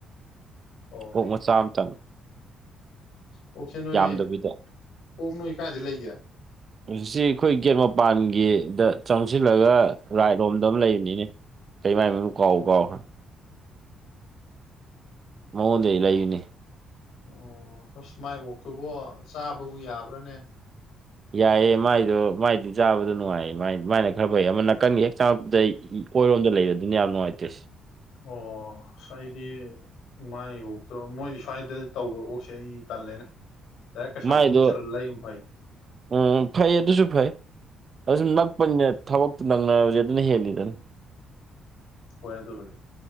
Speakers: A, on the left; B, on the right.
A: ꯑꯣ
B: ꯑꯣꯛ ꯃꯆꯥꯝ ꯇꯥꯡ
A: ꯑꯣꯛꯁꯦ ꯅꯣꯏ
B: ꯌꯥꯝꯗꯕꯤꯗ
A: ꯑꯣꯛ ꯅꯣꯏ ꯀꯥꯏꯗꯩꯩ ꯂꯩꯒꯦ
B: ꯍꯧꯖꯤꯛꯁꯤ ꯑꯩꯈꯣꯏ ꯒꯦꯠ ꯃꯄꯥꯟꯒꯤꯗ ꯆꯪꯁꯤꯜꯂꯒ ꯔꯥꯠ ꯔꯣꯝꯗ ꯑꯃ ꯂꯩꯕꯅꯤꯅꯦ ꯀꯩ ꯃꯥꯏ ꯃꯃꯤꯡ ꯀꯥꯎ ꯀꯥꯎꯈ꯭ꯔꯦ ꯃꯑꯣꯟꯗꯩꯩ ꯂꯩꯕꯅꯦ
A: ꯑꯣ ꯑꯁ ꯃꯥꯏ ꯑꯣꯛꯇꯨꯕꯣ ꯆꯥꯕꯕꯨ ꯌꯥꯕ꯭ꯔꯥꯅꯦ
B: ꯌꯥꯏꯌꯦ ꯃꯥꯏꯗꯣ ꯃꯥꯏꯗꯤ ꯆꯥꯕꯗꯣ ꯅꯨꯡꯉꯥꯏꯌꯦ ꯃꯥꯏꯅ ꯈꯔ ꯐꯩ ꯑꯃ ꯅꯥꯀꯟꯒꯤ ꯍꯦꯛ ꯆꯪꯉꯛꯄꯗ ꯑꯣꯏꯔꯣꯝꯗ ꯂꯩꯕꯗꯨꯅ ꯌꯥꯝꯅ ꯅꯨꯪꯉꯥꯏꯇ
A: ꯑꯣ ꯑꯩꯗꯤ ꯃꯥꯏ ꯑꯣꯛꯇꯣ ꯃꯣꯏ ꯁ꯭ꯋꯥꯏꯗ ꯇꯧꯕ ꯑꯣꯛꯁꯦ ꯑꯩ ꯇꯜꯂꯦꯅꯦ ꯗꯥꯏꯦꯛ ꯀꯩꯁꯥꯝꯊꯣꯡ
B: ꯃꯥꯏꯗꯣ
A: ꯆꯠꯂꯥ ꯂꯩ ꯐꯥꯏ
B: ꯎꯝ ꯐꯩ ꯑꯗꯨꯁꯨ ꯐꯩ ꯑꯗꯨꯁꯨ ꯅꯛꯄꯅꯤꯅ ꯊꯕꯛꯇꯨ ꯅꯪꯅꯗꯤ ꯑꯗꯨꯅ ꯍꯦꯜꯂꯤꯗꯅ
A: ꯍꯣꯏ ꯑꯗꯨꯗꯤ